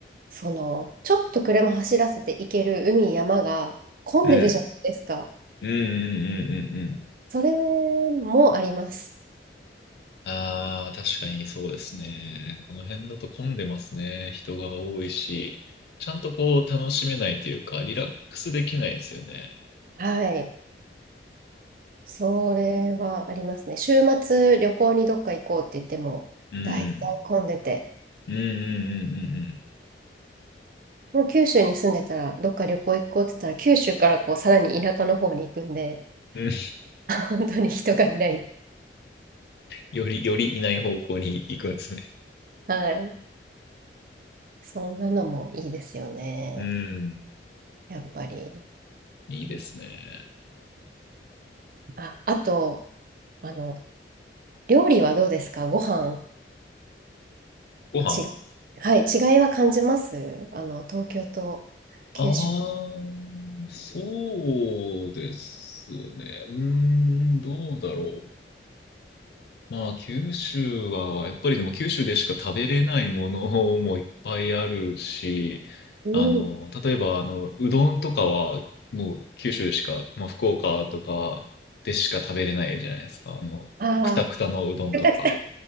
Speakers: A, on the right; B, on the left.
A: その、ちょっと車走らせて行ける海、山が混んでるじゃないですか。
B: うん。うんうんうんうんうん。
A: それもあります。
B: ああ、確かにそうですね。この辺だと混んでますね。人が多いし、ちゃんとこう楽しめないというか、リラックスできないですよね。
A: はい。それはありますね。週末旅行にどっか行こうって言っても、
B: うん。
A: 大体混んでて。
B: うんうんうんうんうん。
A: もう九州に住んでたら、どっか旅行行こうって言ったら、九州からこう、さらに田舎の方に行くんで、
B: うん
A: <laughs> あ本当に人がいない。
B: より、よりいない方向に行くんですね。
A: はい。そんなのもいいですよね。
B: うん。
A: やっぱり。
B: いいですね。
A: うんあ、あと、あの、料理はどうですかご飯、
B: ご飯。
A: ち、はい、違いは感じますあの、東京と九州。
B: ああ、そうですね。うーん、どうだろう。まあ、九州は、やっぱりでも九州でしか食べれないものもいっぱいあるし、
A: うん。
B: あの、例えば、あの、うどんとかは、もう九州でしか、まあ、福岡とかでしか食べれないじゃないですか。あの、
A: ああ、
B: くたくたのうどんとか。
A: <laughs> くたくた。